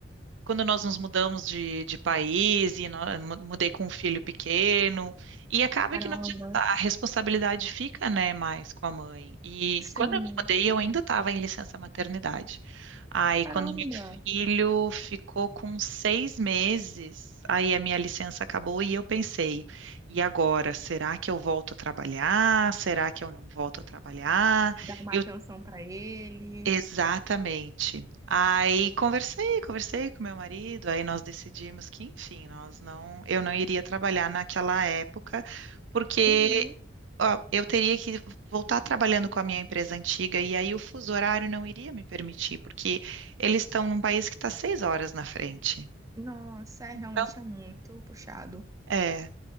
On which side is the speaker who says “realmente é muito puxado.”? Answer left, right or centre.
Right